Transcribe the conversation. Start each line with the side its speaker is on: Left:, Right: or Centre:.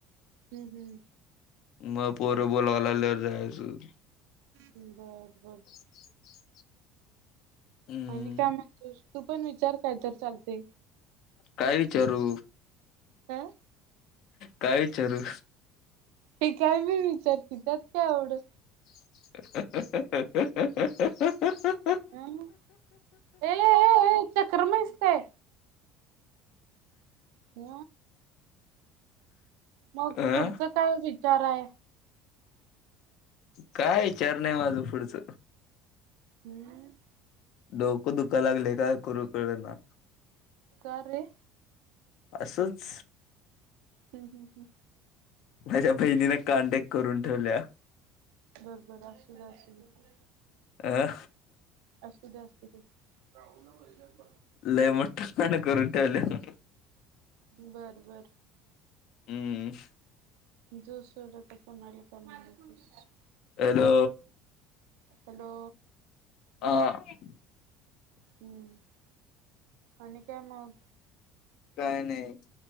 Right: हं, हं.
Left: मग पोर बोलावाय आल्यावर जायच.
Right: बर.
Left: <unintelligible>
Right: बर
Left: हम्म
Right: आणि काय म्हणतोस तू पण विचार काय तर चाल ते
Left: काय विचारू?
Right: हं.
Left: काय विचारू?
Right: हे काय बी विचार की त्यात काय एवढं
Left: <inaudible> <unintelligible>
Right: ये ये ये ये चक्रम आहेस काय? ह मग
Left: अं
Right: पुढच काय वि चार हाय
Left: काय? चार नाय माझ पुढच
Right: रिकामा ऑडिओ
Left: डोक दुःखायला लागलय काय करू कळ ना.
Right: का रे?
Left: असंच
Right: रिकामा ऑडिओ
Left: माझ्या बहिणीने कांड एक करून ठेवल्या.
Right: बर बर असू दे असू दे
Left: अ
Right: असू दे असू दे रिकामा ऑडिओ
Left: लय मोठा कांड करून ठेवलाय हम्म
Right: बर बर
Left: रिकामा ऑडिओ
Right: जो सोड आता कोणाला <unintelligible>
Left: हॅलो
Right: हॅलो
Left: हा हां
Right: हं आणि काय मग
Left: काय नाय